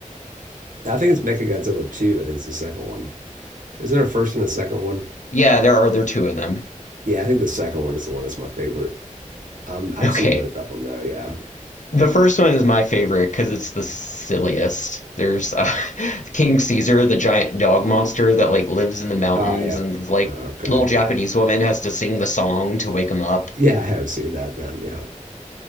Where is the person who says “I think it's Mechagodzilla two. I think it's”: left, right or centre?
Right